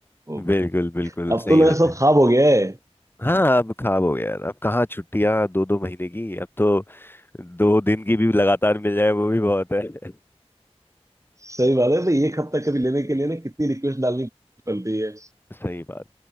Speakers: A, on the right; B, on the left.
A: वो-
B: बिल्कुल बिल्कुल
A: अब
B: सही
A: तो लगा
B: बात
A: सब
B: है
A: खाब हो गया है
B: हाँ अब खराब हो गया यार अब कहाँ छुट्टियां दो दो महीने की अब तो दो दिन की भी लगातार मिल जाए वो भी बहुत है <laughs>
A: सही बात है भाई एक हफ्ता कभी लेने के लिए ना कितनी रिक्वेस्ट डालनी पड़ती है
B: सही बात